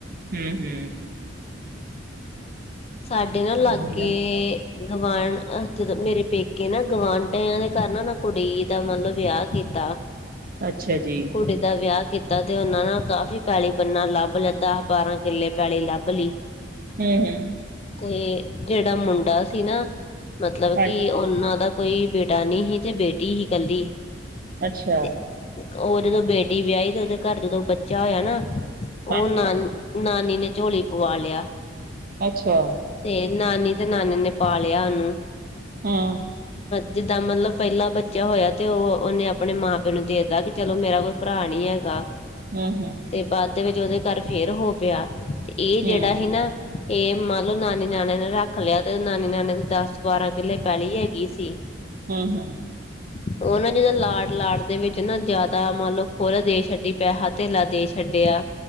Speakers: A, on the right; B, on the left.
A: ਹੂੰ-ਹੂੰ,
B: ਸਾਡੇ ਨਾ ਲਾਗੇ
A: ਉਹੀ ਨਾ
B: ਗਵਾਂਢ, ਉਥੇ ਤਾਂ ਮੇਰੇ ਪੇਕੇ ਨਾ ਗੁਆਂਢੀਆ ਦੇ ਘਰ ਨਾ ਔਨੇ ਕੁੜੀ ਦਾ ਮਤਲਬ ਵਿਆਹ ਕੀਤਾ। <inaudible>
A: ਅੱਛਾ ਜੀ।
B: ਕੁੜੀ ਦਾ ਵਿਆਹ ਕੀਤਾ ਤੇ ਉਹਨਾਂ ਨੇ ਕਾਫ਼ੀ ਪੈਲੀ ਬੰਨਾ ਲੱਭ ਲੀਤਾ ਬਾਰਾਂ ਕਿੱਲੇ ਪੈਲੀ ਲੱਭ ਲਈ।
A: ਹੂੰ-ਹੂੰ,
B: ਕੋਈ ਜਿਹੜਾ ਮੁੰਡਾ ਸੀ ਨਾ, ਮਤਲਬ
A: ਹਾਂਜੀ
B: ਕੀ ਉ ਉਹਨਾਂ ਦਾ ਕੋਈ ਬੇਟਾ ਨੀ ਹੀ ਤੇ ਬੇਟੀ ਹੀ ਕੱਲੀ।
A: ਅੱਛਾ
B: ਤੇ ਉਹ ਜਦੋਂ ਬੇਟੀ ਵਿਆਹੀ ਤੇ ਉਹਦੇ ਘਰ ਜਦੋਂ ਬੱਚਾ ਹੋਇਆ ਨਾ। ਉਹ
A: ਹਾਂਜੀ
B: ਨਾਨ ਨਾਨੀ ਨੇ ਝੋਲੀ ਪਵਾ ਲਿਆ।
A: ਅੱਛਾ,
B: ਤੇ ਨਾਨੀ ਤੇ ਨਾਨੇ ਨੇ ਪਾਲਿਆ ਉਹਨੂੰ,
A: ਹੂੰ,
B: ਜਿੱਦਾਂ ਮਤਲਬ ਪਹਿਲਾ ਬੱਚਾ ਹੋਇਆ ਤੇ ਉਹ ਉਹਨੇ ਆਪਣੇ ਮਾਂ ਪਿਓ ਨੂੰ ਦੇਤਾ ਕਿ ਚਲੋ ਮੇਰਾ ਕੋਈ ਭਰਾ ਨੀ ਹੈਗਾ।
A: ਹੂੰ-ਹੂੰ,
B: ਤੇ ਬਾਦ ਦੇ ਵਿੱਚ ਉਹਦੇ ਘਰ ਫੇਰ ਹੋ ਪਿਆ, ਤੇ ਇਹ ਜਿਹੜਾ
A: ਹੂੰ
B: ਸੀ ਨਾ। ਇਹ ਮੰਨ ਲਓ ਨਾਨੀ ਨਾਨੇ ਨੇ ਰੱਖ ਲਿਆ ਤੇ ਨਾਨੀ ਨਾਨੇ ਕੋਲ ਦਸ ਬਾਰਾਂ ਕਿੱਲੇ ਪੇਲੀ ਹੈਗੀ ਸੀ।
A: ਹੂੰ-ਹੂੰ,
B: <inaudible> ਉਹ ਨਾ ਜਿਦਾਂ ਲਾਡ ਲਾਡ ਦੇ ਵਿੱਚ ਨਾ ਜ਼ਿਆਦਾ ਮੰਨ ਲਓ, ਖੁੱਲ ਦੇ ਛੱਡੀ ਪੈਸਾ ਧੇਲਾ ਦੇ ਛੱਡਿਆ।